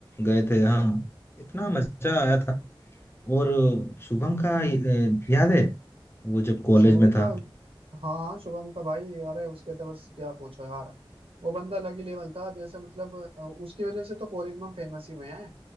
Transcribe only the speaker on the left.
गए थे हाँ इतना मजा आया था और शुभम का ये- याद है वो जब कॉलेज
में था